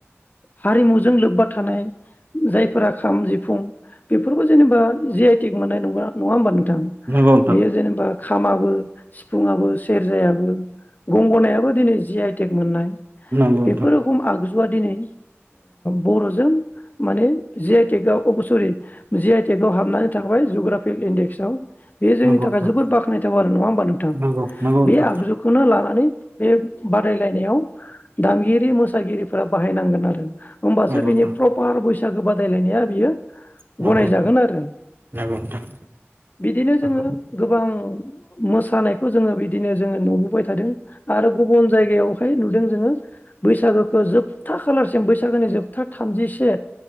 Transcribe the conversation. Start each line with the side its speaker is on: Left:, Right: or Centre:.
Left: हारिमुजों लोबबा थानाय जायफोरा खाम जिफुं बेफोरखौ जेनेबा जि आइ टिक मोननाय ना नङा होमबा नों थां
Right: नंगौ नोंथां
Left: बेयो जेनेबा खामाबो सिफुंङाबो सेरजायाबो गंगनायाबो दिनै जि आइटेक मोननाय बेफोर
Right: नंगौ
Left: रखोम आग जुआ दिनै बरजों माने जि आइ टेकाव अ सरि जि आइ टेक आव हाबनानै थाबाय जुग्राफिकेल इन्डेक्सआव बेयो
Right: नोंथां
Left: जोंनि थाखाय जोबद बाख खनायथाव आरो नङा हबा नोंथां
Right: नंगौ नोंथां नंगौ नोंथां
Left: बे आगजुखौनो लानानै बे बादायलायनायाव दामगिरि मोसागिरिफोरा बाहायनांगोन आरो होमबासो
Right: नंगौ
Left: बिनि
Right: नोंथां
Left: प्रपार बैस सागो बादायलायनाया बियो
Right: नंगौ
Left: गनायजागोन
Right: नोंथां
Left: आरो
Right: नंगौ नोंथां
Left: बिदिनो
Right: नंगौ
Left: जोङो गोबां मोसानायखौ जोङो बिदिनो जोङो नुबोबाय थादों आरो गुबुन जायगायावहाय नुदों जोङो बैसागो खो जोबथा खालारसिम बैसागोनि जोबथा थामजिसे